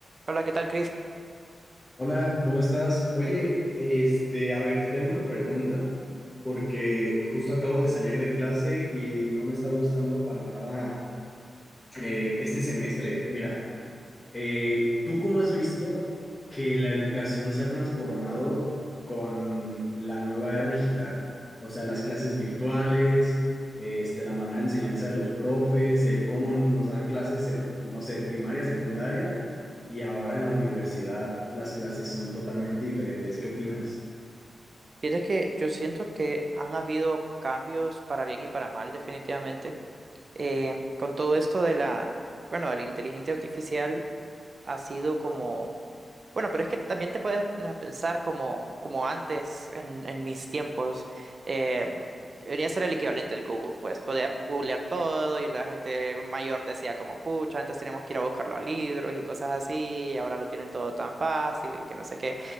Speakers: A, on the right; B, on the left.
A: Hola, ¿qué tal, Chris?
B: Hola, ¿cómo estás? Oye, este, a ver, te tengo una pregunta porque justo acabo de salir de clase y no me está gustando para nada eh, este semestre. Mira, eh, ¿tú cómo has visto que la educación se ha transformado con la nueva era digital? O sea, las clases virtuales, este, la manera de enseñanza de los profes, el cómo nos dan clases en, no sé, primaria, secundaria, y ahora en la universidad las clases son totalmente diferentes. ¿Qué opinas?
A: Fíjate que yo siento que han habido cambios para bien y para mal, definitivamente. Eh, con todo esto de la, bueno, de la inteligencia artificial ha sido como, bueno, pero es que también te puedes eh, pensar como, como antes, en, en mis tiempos, eh, venía a ser el equivalente al Google, pues podía googlear todo y la gente mayor decía como, pucha, antes teníamos que ir a buscarlo a libros y cosas así, y ahora lo tienen todo tan fácil y que no sé qué.